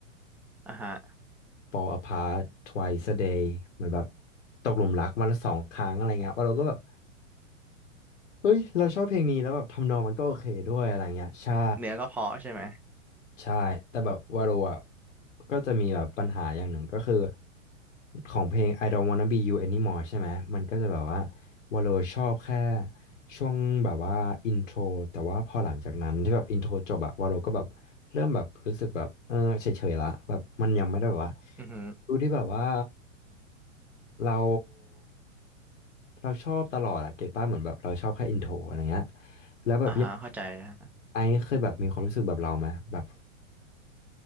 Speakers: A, in the centre; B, on the left.
A: ๆอ่าฮะ
B: Fall apart twice a day เหมือนแบบตกหลุมรักวันละสองครั้งอะไรเงี้ยว่าเราก็แบบเฮ้ยเราชอบเพลงนี้แล้วแบบทำนองมันก็โอเคด้วยอะไรเงี้ยใช่
A: เนื้อก็เพาะใช่ไหม
B: ใช่ แต่แบบวาโรอ่ะก็จะมีแบบปัญหาอย่างหนึ่งก็คือของเพลง I don't wanna be you anymore ใช่ไหมมันก็จะแบบว่าวาโรชอบแค่ช่วงแบบว่าอินโทรแต่ว่าพอหลังจากนั้นที่แบบอินโทรจบอะวาโรก็แบบเริ่มแบบรู้สึกแบบเออเฉยๆละแบบมันยังไม่ได้แบบว่า
A: อือฮึ
B: ดูที่แบบว่าเราเราชอบตลอดอะเก็ตป้าเหมือนแบบเราชอบแค่อินโทรอะไรเงี้ยแล้วแบบ
A: อ่าฮะเข้าใจนะ
B: ไอซ์เคยแบบมีความรู้สึกแบบเราไหมแบบ